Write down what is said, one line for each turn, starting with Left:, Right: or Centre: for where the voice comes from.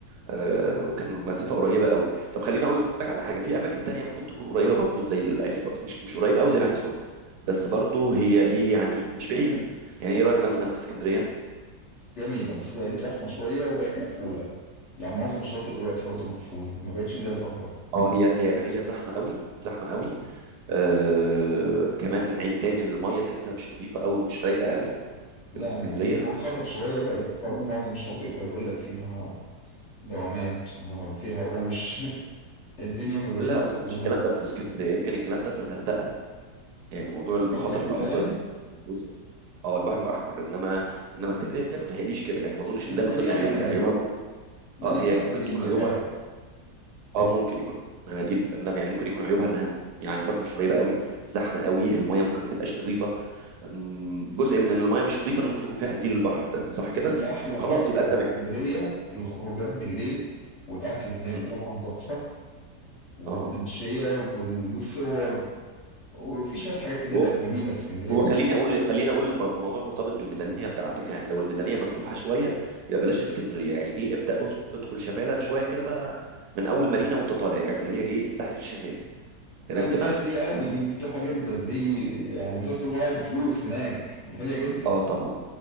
Right: آه وكان المسافه قريبه قوي طب خليني اقول لك على حاجه في اماكن تانية ممكن تكون قريبه برضو زي العين السخنه مش مش قريبه قوي زي العين السخنه بس برضو هي ايه يعني مش بعيده يعني ايه رايك مثلا في اسكندريه
Left: جميلة بس بقت زحمة شوية وبقت مقفولة يعني معظم الشواطئ دلوقتي برضو مقفولة ما بقتش زي الأول
Right: اه هي هي الحقيقه زحمه قوي زحمه قوي آه كمان عيب تاني ان الميه تحسها مش نظيفه قوي ومش رايقه قوي
Left: يعني
Right: في الاسكندريه
Left: وخطر شوية بقت برضو معظم الشواطئ بيقول لك فيها دوامات آه، فيها قروش <laughs> الدنيا ما بقت
Right: لا ما اظنش
Left: آه،
Right: الكلام ده في اسكندريه يمكن الكلام ده في الغردقه يعني موضوع المخاطر
Left: البحر الأحمر
Right: اللي حصلت
Left: يعني
Right: مش- اه البحر الاحمر انما انما اسكندريه ما بتهيأليش كده يعني ما اظنش
Left: بقت
Right: ان ده من
Left: مليانة
Right: ضمن عيوبها
Left: اناديل
Right: هي عيوبها ممكن
Left: مليانة
Right: اه هي ممكن
Left: اناديل
Right: تكون
Left: بتقرص
Right: عيوبها اه ممكن يكون مناديل انما يعني ممكن يكون عيوبها انها يعني برضو مش قريبه قوي زحمه قوي الميه ممكن ما تبقاش نظيفه أم، جزء من ان الميه مش نظيفه ان ممكن يكون فيها قنديل البحر ده صح كده
Left: دي أحلى حاجة
Right: خلاص يبقى
Left: في
Right: انت مح...
Left: اسكندرية الخروجات بالليل والأكل هناك
Right: م-
Left: طبعا
Right: م.
Left: تحفة والتمشية
Right: اه آه.
Left: وال- والصور وفي شوية حاجات كده
Right: هو
Left: لا جميلة في اسكندرية
Right: هو خليني اقول خليني اقول الم- الموضوع مرتبط بالميزانيه بتاعتك يعني لو الميزانيه مفتوحه شويه يبقى بلاش اسكندريه يعني ايه ابدا أس- ادخل شمالا شويه كده بقى من اول مارينا وانت طالع يعني اللي هي ايه الساحل الشمالي تمام
Left: لا دي
Right: كده
Left: بقى غالية قوي دي مفتوحة جدا دي يعني ازازة المية بفلوس هناك غالية جدا
Right: اه طبعا